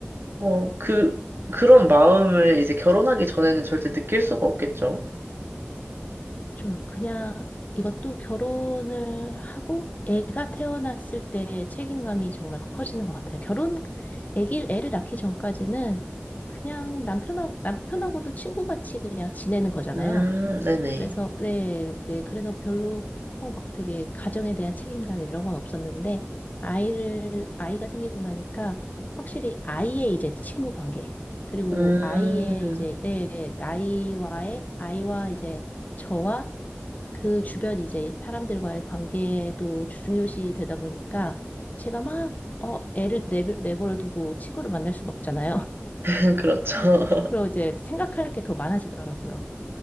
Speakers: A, on the right; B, on the left.
A: 어, 그, 그런 마음을 이제 결혼하기 전에는 절대 느낄 수가 없겠죠?
B: 저 그냥 이것도 결혼을 하고 애가 태어났을 때 책임감이 정말 커지는 것 같아요. 결혼, 애기, 애를 낳기 전까지는 그냥 남편하고, 남편하고도 친구같이 그냥 지내는 거잖아요.
A: 음, 네네.
B: 그래서 네, 네. 그래서 별로 어, 막 되게 가정에 대한 책임감 이런 건 없었는데 아이를 아이가 생기고 나니까 확실히 아이의 이제 친구 관계 그리고
A: 음,
B: 아이의 이제 네, 나이와의 아이와 이제 저와 그 주변 이제 사람들과의 관계도 중요시 되다 보니까 제가 막 어, 애를 내, 내버려 두고 친구를 만날 순 없잖아요. <laughs>
A: <laughs> 그렇죠.
B: 근데 이제 그리고 이제 생각할 게 더 많아지더라고요.